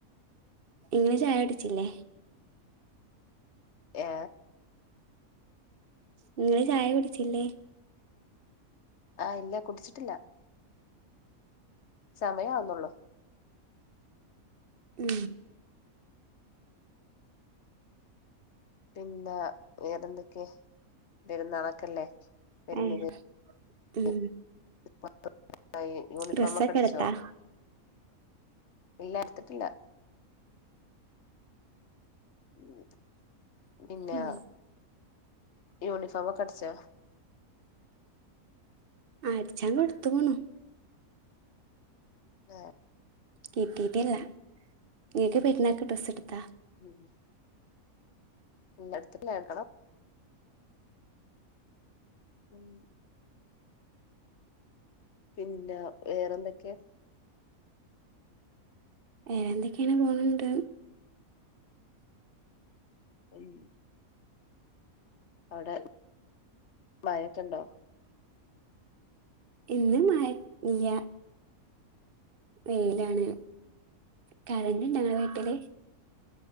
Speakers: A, on the right (about 45°); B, on the left (about 55°).
A: ഇങ്ങള് ചായുടിച്ചില്ലേ
B: ഏ
A: നിങ്ങള് ചായ കുടിച്ചില്ലേ
B: ആഹ് ഇല്ല കുടിച്ചിട്ടില്ല സമയവുന്നുള്ളൂ
A: ഉം
B: പിന്നാ വേറെന്തൊക്കെ പെരുന്നാൾ ഒക്കല്ലേ വരുന്നത്
A: ഏഹ് ഉം
B: <unintelligible> എന്തായി യൂണിഫോമൊക്കെ
A: ഡ്രസ്സൊക്കെ
B: അടിച്ചോ
A: എടുത്താ
B: ഇല്ല എടുത്തിട്ടില്ല ഉ പിന്നെ
A: ആഹ്
B: യൂണഫോമൊക്കെ അടിച്ചോ
A: അടിച്ചാൻ കൊടുതുക്കുണു
B: ആഹ
A: കിട്ടീട്ടല്ല ഇങ്ങക് പെരുനാൾക് ഡ്രസ് എടുത്താ
B: ഉം ഇല്ല എടുത്തട്ടില്ല എടുക്കണം ഉം പിന്നെ വേറെന്തൊക്കെ
A: വേറെ എന്തൊക്കെയാണ് പോണണ്ട്
B: അം അവിടെ മയക്കണ്ടോ
A: ഇന്ന് മയ ഇല്ല വെയിലാണ് കറണ്ട്ഇണ്ട ഇങ്ങളെ വീട്ടില്